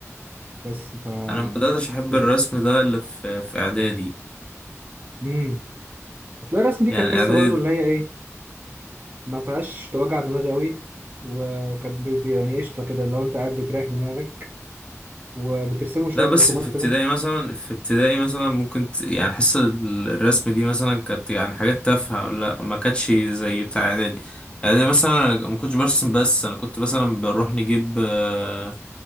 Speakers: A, on the right; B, on the left.
A: بس ف
B: انا ما بداتش احب
A: كده
B: الرسم ده الا في في اعدادي
A: امم هتلاقي الرسم دي
B: يعني
A: كانت حصه
B: اعدادي
A: برضو اللي هي ايه ما فيهاش توجع دماغ قوي وكان بت- يعني قشطه كده لو انت قاعد بتريح دماغك وبترسموا شويه
B: لا بس
A: رسومات
B: في ابتدائي
A: كده
B: مثلا في ابتدائي مثلا ممكن ت... يعني حصة الرسم دي مثلا كانت يعني حاجات تافهة لا ما كانتش زي بتاع اعدادي اعدادي مثلا انا ما كنتش برسم بس انا كنت مثلا بنروح نجيب آه،